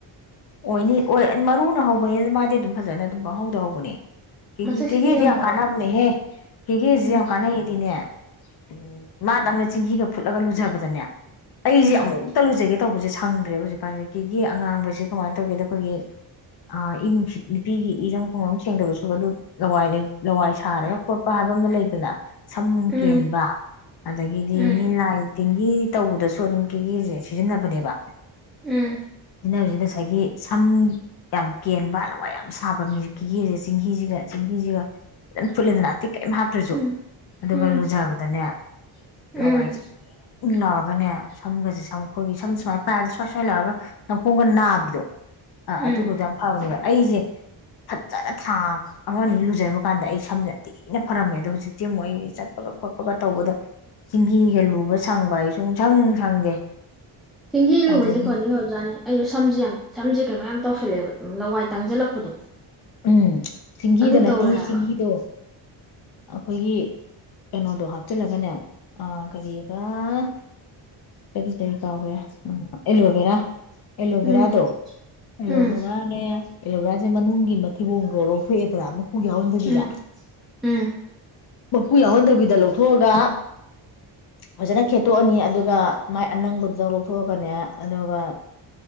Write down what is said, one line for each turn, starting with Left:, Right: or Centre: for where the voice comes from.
Left: ꯑꯣꯏꯅꯤ ꯑꯣꯏ ꯃꯔꯨꯅ ꯍꯧꯕꯅꯤ ꯃꯥꯗꯤ ꯑꯗꯨꯝ ꯐꯖꯅ ꯑꯗꯨꯝ ꯄꯪꯍꯧꯗꯍꯧꯕ ꯕꯅꯦ
Centre: ꯃꯁꯛꯁꯤꯗꯤ
Left: ꯀꯦꯒꯦꯗꯤ ꯌꯥꯝ
Centre: ꯃꯥꯜꯂꯦ
Left: ꯀꯥꯟꯅꯕꯅꯦꯍꯦ ꯀꯦꯒꯦꯁꯤ
Centre: ꯎꯝ
Left: ꯌꯥꯝ ꯀꯥꯟꯅꯩꯗꯤꯅꯦ ꯎꯝ ꯃꯥꯗꯪ ꯆꯤꯡꯍꯤꯒ ꯐꯨꯠꯂꯒ ꯂꯨꯖꯕꯗꯅꯦ ꯑꯩꯁꯦ
Centre: ꯎꯝ
Left: ꯑꯃꯨꯛꯇ ꯂꯨꯖꯒꯦ ꯇꯧꯕꯁꯦ ꯁꯪꯗ꯭ꯔꯦ ꯍꯧꯖꯤꯛꯀꯥꯟꯁꯦ ꯀꯦꯒꯦ ꯑꯉꯥꯡꯕꯁꯦ ꯀꯃꯥꯏꯅ ꯇꯧꯒꯦꯗ ꯑꯩꯈꯣꯏꯒꯤ ꯏ ꯅꯨꯡꯁꯤꯠ ꯅꯨꯄꯤꯒꯤ ꯏꯔꯝ ꯈꯣꯡꯂꯝ ꯁꯦꯡꯗꯕꯁꯨ ꯑꯗꯨ ꯂꯋꯥꯏ ꯂꯋꯥꯏ ꯁꯥꯔꯒ ꯈꯣꯠꯄ ꯍꯥꯏꯕ ꯑꯃ ꯂꯩꯗꯅ ꯁꯃ
Centre: ꯎꯝ
Left: ꯀꯦꯟꯕ ꯑꯗꯒꯤꯗꯤ
Centre: ꯎꯝ
Left: ꯃꯤꯂꯥꯏ ꯇꯤꯟꯒꯤ ꯇꯧꯕꯗꯁꯨ ꯑꯗꯨꯝ ꯀꯦꯒꯤꯁꯦ ꯁꯤꯖꯤꯟꯅꯕꯅꯦꯕ
Centre: ꯎꯝ
Left: <unintelligible> ꯉꯁꯥꯏꯒꯤ ꯁꯝ ꯌꯥꯝ ꯀꯦꯟꯕ ꯂꯋꯥꯏ ꯌꯥꯝ ꯁꯥꯕ ꯃꯤꯁꯦ ꯀꯤꯒꯦꯁꯦ ꯆꯦꯡꯍꯤꯁꯤꯒ ꯆꯤꯡꯍꯤꯁꯤꯒ ꯐꯖꯅ ꯐꯨꯠꯂꯦꯗꯅ ꯇꯤꯛ ꯀꯩꯝ ꯍꯥꯞꯇ꯭ꯔꯁꯨ
Centre: ꯎꯝ
Left: ꯑꯗꯨꯒ
Centre: ꯎꯝ
Left: ꯂꯨꯖꯕꯗꯅꯦ
Centre: ꯎꯝ
Left: ꯂꯋꯥꯏꯁꯦ ꯏꯪ ꯏꯪ ꯂꯧꯔꯒꯅꯦ ꯁꯝꯒꯁꯦ ꯁꯝ ꯑꯩꯈꯣꯏꯒꯤ ꯁꯝ ꯁꯨꯃꯅ ꯄꯥꯏꯔꯗ ꯁ꯭ꯋꯥ ꯁ꯭ꯋꯥ ꯂꯥꯎꯔꯒ ꯁꯝꯈꯣꯡꯒ ꯅꯕꯤꯠ ꯑꯥ
Centre: ꯎꯝ
Left: ꯑꯗꯨꯒꯗꯨ ꯌꯥꯝ ꯐꯥꯎꯕꯅꯦꯕ ꯑꯩꯁꯦ ꯐꯖꯅ ꯊꯥ ꯑꯃꯅꯤ ꯑꯅꯤ ꯂꯨꯖꯔꯕ ꯀꯥꯟꯗ ꯑꯩ ꯁꯝꯁꯦ ꯊꯤꯅ ꯐꯔꯝꯃꯦ ꯑꯗꯣ ꯍꯧꯖꯤꯛꯇꯤ ꯑꯃꯨꯛ ꯑꯩꯁꯦ ꯆꯠꯄꯒ ꯈꯣꯠꯄꯒ ꯇꯧꯕꯗ ꯆꯤꯡꯍꯤꯒ ꯂꯨꯕ ꯁꯪꯕ ꯌꯦ ꯁꯨꯡ ꯁꯪ ꯁꯪꯗꯦ
Centre: ꯆꯦꯡꯍꯤ ꯂꯨꯕꯁꯤ
Left: ꯑꯗꯒꯤ
Centre: ꯐꯗꯤ ꯐꯕꯖꯥꯅꯤ ꯑꯩꯁꯨ ꯁꯝ ꯌꯥꯝ ꯁꯝꯖꯦ ꯀꯩꯅꯣ ꯌꯥꯝ ꯇꯧꯁꯜꯂꯦꯕ ꯑꯗꯨꯝ ꯂꯋꯥꯏ ꯇꯥꯡꯁꯤꯜꯂꯛꯄꯗꯣ
Left: ꯎꯝ ꯁꯤꯡꯍꯤꯗ
Centre: ꯑꯗꯨ
Left: ꯅꯠꯇꯦ
Centre: ꯇꯧꯔꯦ ꯍꯥꯏꯕ
Left: ꯁꯤꯡꯍꯤꯗꯣ ꯑꯩꯈꯣꯏꯒꯤ ꯀꯩꯅꯣꯗꯣ ꯍꯥ ꯆꯆꯜꯂꯒꯅꯦ ꯑ ꯀꯔꯤ ꯑꯥ ꯀꯔꯤ ꯀꯔꯤ ꯀꯥꯎꯒꯦ ꯎꯝ ꯑꯦꯂꯣꯚꯦꯔꯥ ꯑꯦꯂꯣꯚꯦꯔꯗꯣ
Centre: ꯎꯝ
Left: ꯑꯦꯂꯣꯚꯦꯔꯅꯦ
Centre: ꯎꯝ
Left: ꯑꯦꯂꯣꯕꯦꯔꯥ ꯃꯅꯨꯡꯒꯤ ꯀꯤꯕꯣꯡꯗꯣ ꯂꯧꯊꯣꯛꯑꯗ꯭ꯔꯥ ꯑꯃꯨꯛ <inaudible> ꯀꯨ ꯌꯥꯎꯍꯟꯗꯒꯗ
Centre: ꯎꯝ ꯎꯝ
Left: ꯃꯀꯨ ꯌꯥꯎꯍꯟꯗꯕꯤ ꯂꯧꯊꯣꯛꯑꯒ ꯐꯖꯅ ꯈꯦꯠ ꯇꯣꯛꯑꯅꯤ ꯑꯗꯨꯒ ꯃꯥꯏ ꯑꯅꯪꯕꯗꯨꯡ ꯂꯧꯊꯣꯛꯑꯒꯅꯦ ꯑꯗꯨꯒ